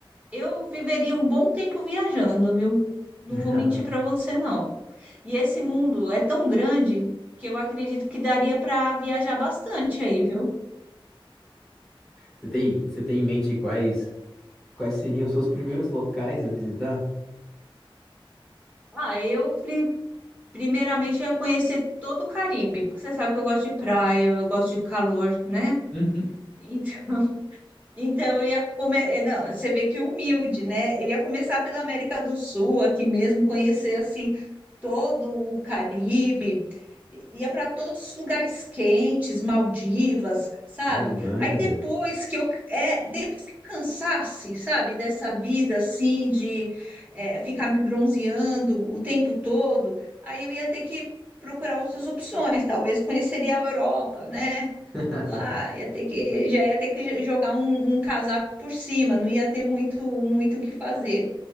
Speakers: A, on the right (about 15°); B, in the centre.
A: eu viveria um bom tempo viajando, viu? Não
B: Ah.
A: vou mentir para você, não. E esse mundo é tão grande que eu acredito que daria para viajar bastante aí, viu?
B: Você tem, você tem em mente quais, quais seriam os seus primeiros locais a visitar?
A: Ah, eu pri- primeiramente ia conhecer todo o Caribe, porque você sabe que eu gosto de praia, eu gosto de calor, né?
B: Uhum.
A: Então, Então, eu ia começar. Não, você vê que humilde, né? Eu ia começar pela América do Sul, aqui mesmo, conhecer assim todo o Caribe, ia para todos os lugares quentes, Maldivas, sabe?
B: Tailândia.
A: Aí depois que eu, é, depois que eu cansasse, sabe, dessa vida assim, de é, ficar me bronzeando o tempo todo, aí eu ia ter que procurar outras opções, talvez conheceria a Europa, né?
B: <laughs>
A: Lá ia ter que, já ia ter que jogar um, um casaco por cima, não ia ter muito muito o que fazer.